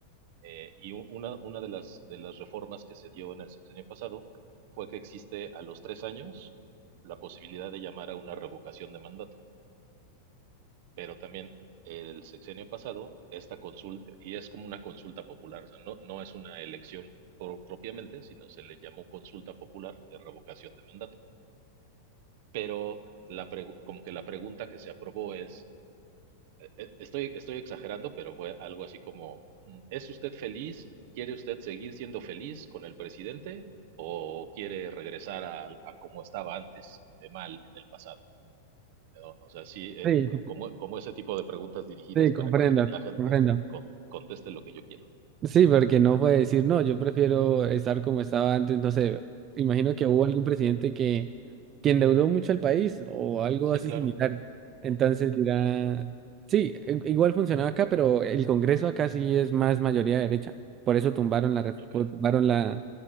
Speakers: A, on the right (about 60°); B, on the right (about 30°).
A: Eh, y un- una, una de las, de las reformas que se dio en el sexenio pasado fue que existe a los tres años la posibilidad de llamar a una revocación de mandato, pero también el sexenio pasado, esta consulta, y es como una consulta popular, o sea, no, no es una elección pro- propiamente, sino se le llamó consulta popular de revocación de mandato. pero la pregu- como que la pregunta que se aprobó es, eh, eh, estoy, estoy exagerando, pero fue algo así como, mm, ¿es usted feliz? ¿Quiere usted seguir siendo feliz con el presidente o quiere regresar a, a como estaba antes, de mal en el pasado? ¿No? O sea, sí, eh,
B: Sí,
A: co- como, como ese tipo de preguntas dirigidas
B: <laughs> sí,
A: para
B: comprendo,
A: que la gente
B: comprendo.
A: co- conteste lo que yo quiero.
B: Sí, porque no puede decir, no, yo prefiero estar como estaba antes, no sé, imagino que hubo algún presidente que, que endeudó mucho al país o algo
A: Sí,
B: así
A: claro.
B: similar. Entonces dirá, sí, i- igual funcionaba acá, pero el Congreso acá sí es más mayoría derecha. Por eso tumbaron la, ref-
A: Ok.
B: tumbaron la,